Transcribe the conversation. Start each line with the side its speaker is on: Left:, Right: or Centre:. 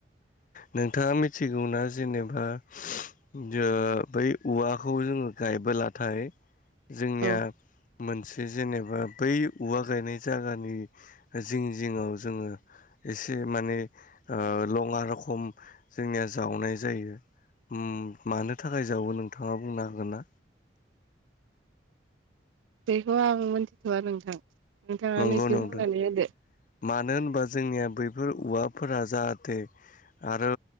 Left: नोंथाङा मिथिगौना जेनेबा जो बै औवाखौ जोङो गायबोलाथाय जोंनिया
Right: औ
Left: मोनसे जेनेबा बै औवा गायनाय जायगानि जिं जिंङाव जोङो एसे माने लङा रखम जोंनिया जावनाय जायो मानो थाखाय जावो नोंथाङा बुंनो हागोन ना
Right: बेखौ आं मोनथिथ'वा नोंथां नोंथाङानो
Left: नंगौ
Right: एसे
Left: नंदों
Right: बुंनानै होदो
Left: मानो होनबा जोंनिया बैफोर औवाफोरा जाहाथे आरो